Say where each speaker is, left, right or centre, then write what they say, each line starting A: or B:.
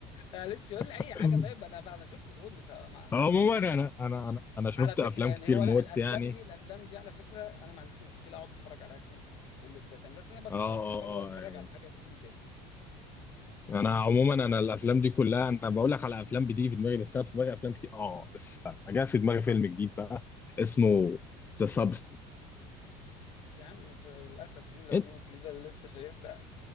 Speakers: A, on the left; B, on the left.
A: معلش يقول لي اي
B: <laughs>
A: حاجه طيب انا انا شفت دول مش ه- ما... ما...
B: عموما انا انا انا انا شفت
A: على فكره
B: افلام
A: يعني
B: كتير
A: هو
B: موت
A: لا الافلام
B: يعني
A: دي الافلام دي على فكره انا ما عنديش مشكله اقعد اتفرج عليها تاني يعني كل ده تمام بس انا بت-
B: اه
A: بقرر
B: اه
A: اتفرج
B: اه يعني
A: على حاجه جديده يعني
B: انا عموما انا الافلام دي كلها انا بقول لك على افلام بتيجي في دماغي بس انا في دماغي افلام كتير اه بس استنى جاء في دماغي فيلم جديد بقى اسمه ذا سابستنت
A: يا عم في للأسف دي من الأفلام
B: انت
A: الجديدة اللي لسه شايفها